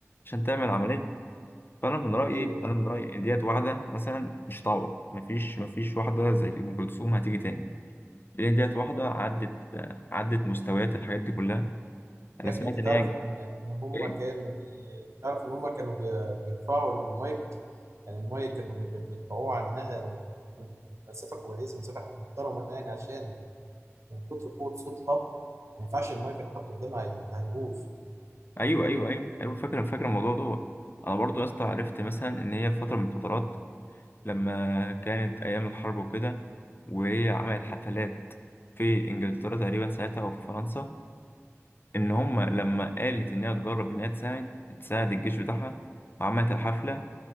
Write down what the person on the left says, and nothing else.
عشان تعمل عملية فانا من رأيي
انا من رأيي ان ديت واحدة مثلا مش هتعوض مفيش مفيش واحدة زي ام كلثوم هتيجي تاني لان ديت
واحدة
عدت عدت مستويات الحاجات دي كلها انا
سمعت
ان
هي
ايه
ايوه
ايوه ايوه ايوه فاكر فاكر الموضوع دوت انا برضو يا اسطى عرفت مثلا ان هي في فتره من الفترات لما كانت أيام الحرب وكده وهي عملت حفلات في إنجلترا تقريبا ساعتها أو في فرنسا إن هما لما قالت إنها تجرب إنها تساعد تساعد الجيش بتاعها وعملت الحفلة